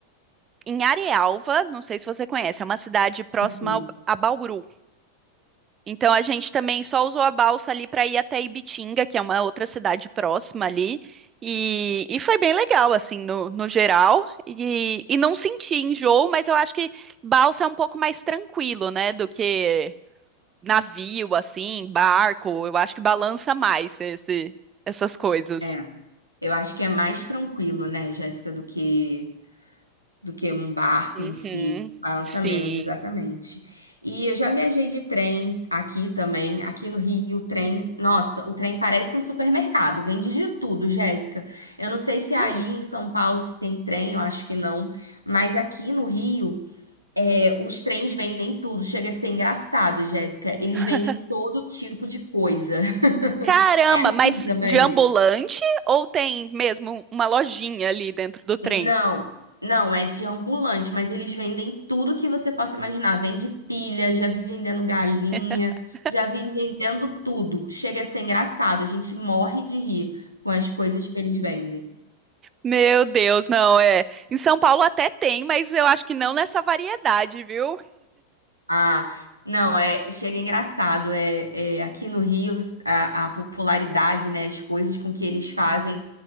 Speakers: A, on the right; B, on the left.
A: em Arealva, não sei se você conhece, é uma cidade próxima
B: Hum.
A: ao- a Bauru. Então a gente também só usou a balsa ali pra ir até Ibitinga, que é uma outra cidade próxima ali. E, e foi bem legal, assim, no, no geral. E, e não senti enjoo, mas eu acho que balsa é um pouco mais tranquilo, né, do que navio, assim, barco. Eu acho que balança mais esse, essas coisas.
B: É. Eu acho que é mais tranquilo, né, Jéssica, do que do que um barco
A: Uhum.
B: em si. Balança
A: Sim.
B: menos, exatamente. E eu já viajei de trem aqui também. Aqui no Rio, o trem. Nossa, o trem parece um supermercado. Vende de tudo, Jéssica. Eu não sei se aí
A: Hum.
B: em São Paulo se tem trem, eu acho que não. Mas aqui no Rio, é, os trens vendem tudo. Chega a ser engraçado, Jéssica. Eles
A: <laughs>
B: vendem todo tipo de coisa.
A: Caramba,
B: <laughs> É assim
A: mas
B: também.
A: de ambulante ou tem mesmo uma lojinha ali dentro do trem?
B: Não, não, é de ambulante, mas eles vendem tudo que você possa imaginar. Vende pilha, já vi vendendo galinha,
A: <laughs>
B: já vi vendendo tudo. Chega a ser engraçado, a gente morre de rir com as coisas que eles vendem.
A: Meu Deus, não é. Em São Paulo até tem, mas eu acho que não nessa variedade, viu?
B: Ah, não, é, chega engraçado. É, é, aqui no Rio, a, a popularidade, né, as coisas com que eles fazem.